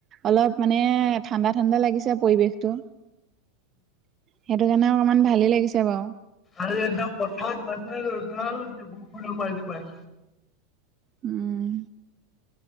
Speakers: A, on the right; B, on the left.
A: অলপ মানে ঠাণ্ডা ঠাণ্ডা লাগিছে পৰিৱেশটো। সেইটো কাৰণে অকমান ভালেই লাগিছে বাৰু।
B: আৰু একদম পথাৰত মানুহে ন ধৰা হৈছে বৰষুণৰ পানী পাই।
A: উম্